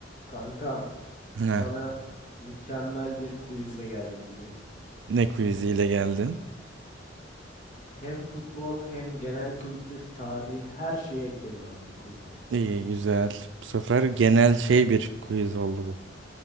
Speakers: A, on the left; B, on the right.
A: Kankam,
B: Ne?
A: sana mükemmel bir quizle geldim bugün.
B: Ne quiziyle geldin?
A: Hem futbol hem genel kültür, tarihi her şeyi ekledim abi bu quiz'e.
B: İyi, güzel. Bu sefer genel şey bir quiz oldu bu.